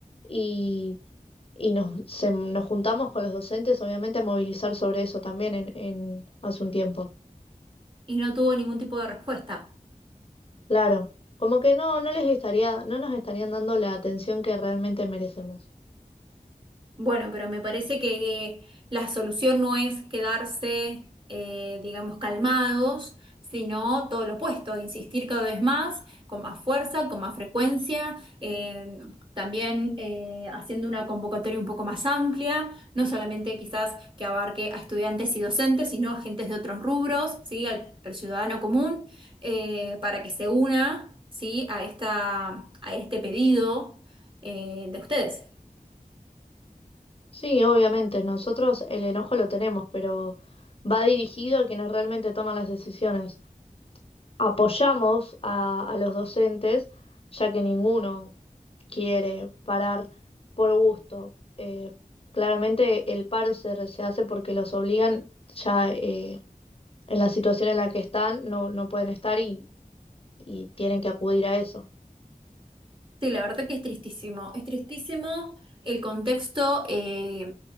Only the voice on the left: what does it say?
y, y nos, se- nos juntamos con los docentes, obviamente, a movilizar sobre eso también en, en, hace un tiempo.
Claro, como que no, no les estaría, no nos estarían dando la atención que realmente merecemos.
Sí, obviamente, nosotros el enojo lo tenemos, pero va dirigido a quienes realmente toman las decisiones. Apoyamos a, a los docentes, ya que ninguno quiere parar por gusto. Eh, claramente el paro se, re- se hace porque los obligan ya eh, en la situación en la que están, no, no pueden estar y, y tienen que acudir a eso.